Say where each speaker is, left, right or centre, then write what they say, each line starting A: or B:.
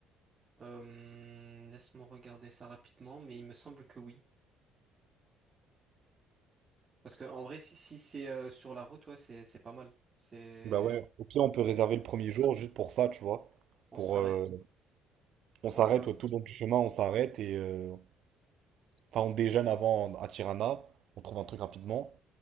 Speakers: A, on the right; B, on the right.
A: Euh, laisse-moi regarder ça rapidement, mais il me semble que oui. Parce que en vrai, si, si c'est euh, sur la route, ouais, c'est, c'est pas mal. C'est...
B: Bah ouais. Au pire, on peut réserver
A: Bon,
B: le premier jour juste pour ça, tu vois.
A: on
B: Pour,
A: s'arrête,
B: euh, On s'arrête
A: on s'arrête.
B: ouais, tout le long du chemin, on s'arrête et euh, enfin on déjeune avant à Tirana, on trouve un truc rapidement